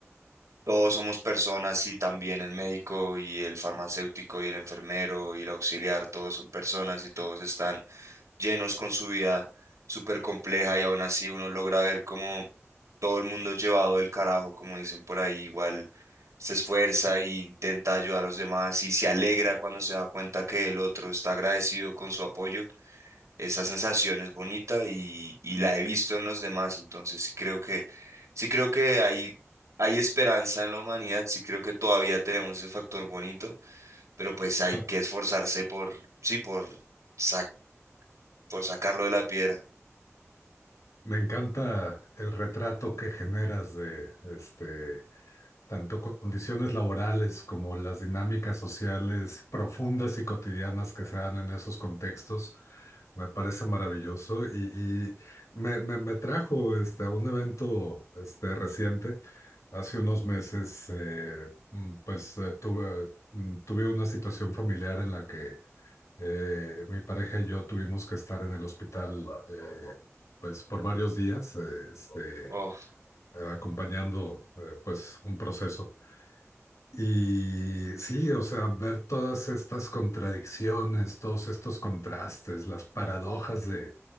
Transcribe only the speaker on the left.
<laughs>
Me encanta el retrato que generas de este tanto condiciones laborales como las dinámicas sociales profundas y cotidianas que se dan en esos contextos. Me parece maravilloso y, y me, me- me trajo este, a un evento este, reciente. Hace unos meses, eh, mm, pues eh, tuve, mm, tuve una situación familiar en la que eh, mi pareja y yo tuvimos que estar en el hospital eh, pues por varios días, eh, este,
acompañando eh, pues un proceso. Y sí, o sea, ver todas estas contradicciones, todos estos contrastes, las paradojas de